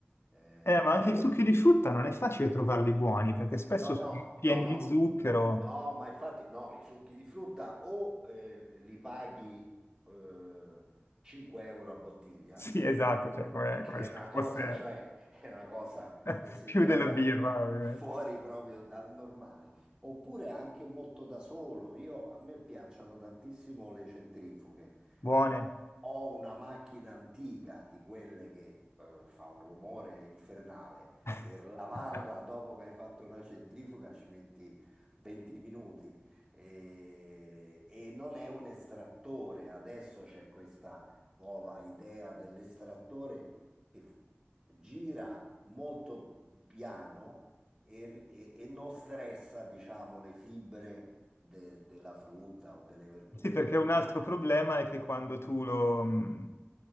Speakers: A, on the right; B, on the left.
A: Eh,
B: Eh, ma
A: però
B: anche i succhi di frutta non è facile trovarli buoni, perché spesso
A: No,
B: sono
A: no,
B: pieni
A: no, no,
B: di zucchero.
A: no,
B: <laughs>
A: ma infatti no, i succhi di frutta o eh, li paghi eh, 5 euro a bottiglia
B: Sì, esatto, cioè come,
A: e che
B: come
A: è
B: se
A: una cosa,
B: fosse
A: cioè, <laughs> è una cosa,
B: <laughs>
A: mi sembra
B: più della
A: fu-
B: birra, ovviamente.
A: fuori proprio dal normale. Oppure anche molto da solo. Io, a me piacciono tantissimo le centrifughe.
B: Buone.
A: Ho una macchina antica di quelle che eh, fa un rumore infernale.
B: <laughs>
A: Per lavarla dopo che hai fatto una centrifuga ci metti 20 minuti e, e non è un estrattore. Adesso c'è questa nuova idea dell'estrattore che f- gira molto piano e, e- e non stressa, diciamo, le fibre de- della frutta o delle verdure
B: Sì, perché
A: che vuoi
B: un altro
A: fare.
B: problema è che quando tu lo, mh,